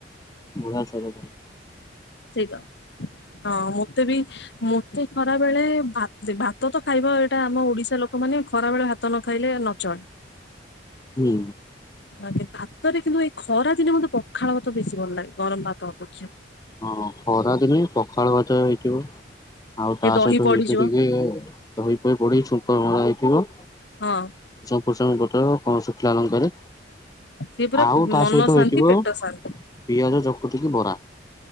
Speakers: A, on the left (about 20°); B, on the left (about 65°).
A: ବୁଳା ଛତାଧର।
B: ସେହିତ ହଁ ମତେ ବି ମତେ ଖରା ବେଳେ ଭାତ୍ ସେ ଭାତ ତ ଖାଇବ ଏଟା ଆମ ଓଡ଼ିଶା। ଲୋକମାନେ ଖରାବେଳେ ହାତ୍ ଭାତନ ଖାଇଲେ ନଚଡ଼
A: ହୁଁ।
B: ଆଗେ ଭାତରେ କିନ୍ତୁ ଏଇ ଖରା ଦିନେ ମୋତେ ପ ପଖାଳ ମତେ ବେଶୀ ଭଲ ଲାଗେ ଗରମ୍ ଭାତ ଆପଜିତ୍
A: ହଁ ଖରା ଦିନେ ପଖାଳ ଭଜା ହେଇଥିବ ଆଉ ତା
B: ଏ ଦହି
A: ସହିତ
B: ପଡିଯିବ
A: ହେଇଥି ଟିକେ ଦହି ଫଇ ପଡି ଛୁଙ୍କ ମରା ହେଇ ଥିବ
B: ହଁ।
A: ଭୁଷଣ ପତର କଣ ଶୁଖିଲା ଲଙ୍କାରେ
B: ସେ ପୁରା
A: ଆଉ ତା
B: ମନ
A: ସହିତ
B: ଶାନ୍ତି
A: ହେଇଥିବ
B: ପେଟ ଶାନ୍ତି
A: ପିଆଜ ଚକୁଟିକି ବରା।